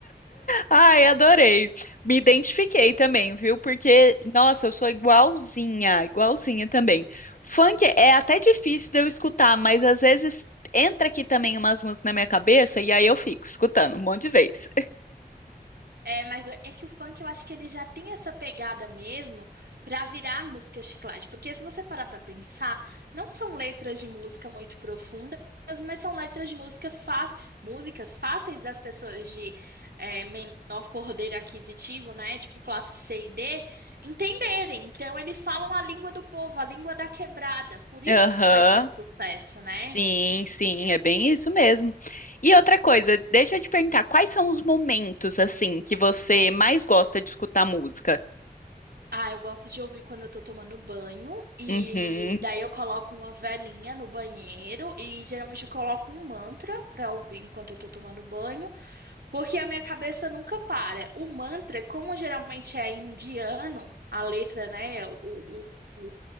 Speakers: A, on the left; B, on the right.
A: Ai, adorei. Me identifiquei também, viu? Porque, nossa, eu sou igualzinha, igualzinha também. Funk é até difícil de eu escutar, mas às vezes entra aqui também umas músicas na minha cabeça e aí eu fico escutando um monte de vez.
B: É, mas é que o funk eu acho que ele já tem essa pegada mesmo pra virar música chiclete, porque se você parar pra pensar, não são letras de música muito profundas, mas são letras de música fácil, músicas fáceis das pessoas de é, menor poder aquisitivo, né, tipo classe C e D, entenderem. Então eles falam a língua do povo, a língua da quebrada, por isso
A: Aham.
B: que faz tanto sucesso, né?
A: Sim, sim, é bem isso mesmo. E outra coisa, deixa eu te perguntar, quais são os momentos assim que você mais gosta de escutar música?
B: Ah, eu gosto de ouvir quando eu tô tomando banho e
A: Uhum.
B: daí eu coloco uma velinha no banheiro e geralmente eu coloco um mantra pra ouvir enquanto eu tô tomando banho, porque a minha cabeça nunca para. O mantra, como geralmente é indiano, a letra, né, o, o, o,